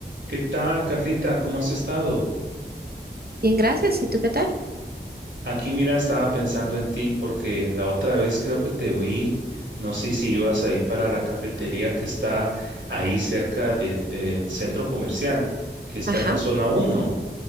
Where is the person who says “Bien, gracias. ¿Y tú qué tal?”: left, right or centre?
Right